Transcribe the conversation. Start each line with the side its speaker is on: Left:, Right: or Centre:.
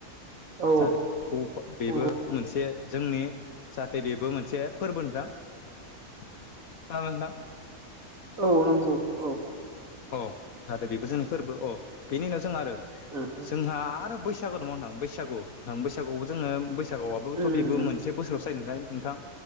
Right: औ
Left: जाहाथे बेखौ बेबो
Right: नंगौ
Left: मोनस से जोंनि जाहाथे बेबो मोनसे फोरबो नोंथां। खोनादों नोंथां।
Right: औ नंगौ अ
Left: अ जाहाथे बेबो जोंनि फोरबो अ बेनि उनाव जों आरो
Right: उम उम
Left: जोंहा आरो बैस सागु दङो नोंथां बैसागु थां बैसागुआवबो जोङो बैसागुआवबोथ'
Right: उम
Left: बेबो
Right: उम उम
Left: मोनसे बोसोरावस जायनो दाय नोंथां